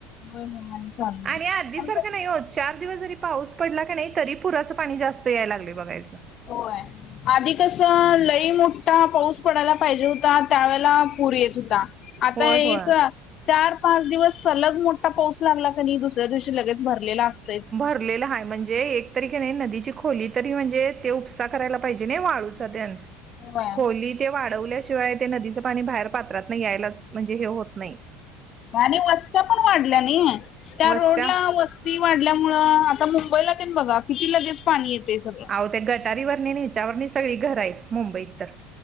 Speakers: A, on the left (about 50°); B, on the right (about 35°).
A: होय होय आणि चालणार
B: आणि आधी सारखं
A: कसं
B: नाही हो चार दिवस जरी पाऊस पडला कणी तरी पुराचं पाणी जास्त याय लागलय बघायच.
A: होय. आधी कस लई मोठा पाऊस पडायला पाहिजे होता, त्यावेेळेला पूर येत होता. आता
B: होय
A: एक
B: होय
A: चार पाच दिवस सलग मोठा पाऊस लागला कणी, दुसऱ्या दिवशी लगेच भरलेला असतयच.
B: भरलेलं आहे, म्हणजे एक तरीक नाही नदीची खोली तरी म्हणजे, ते उपसा करायला पाहिजे नाही वाळूच. सद्यान
A: होय
B: खोली. ते वाढवल्याशिवाय ते नदीचं पाणी बाहेर पात्रात नाही यायला म्हणजे हे होत नाही.
A: आणि वस्त्या पण वाढल्या नाही, त्या
B: वस्त्या
A: रोडला वस् वस्ती वाढल्यामुळ, आता मुंबईला तेन बघा किती लगेच पाणी येते सगळं.
B: आहो त्या गटारीवर नि ह्याच्यावरनी सगळी घर आहेत, मुंबईत तर.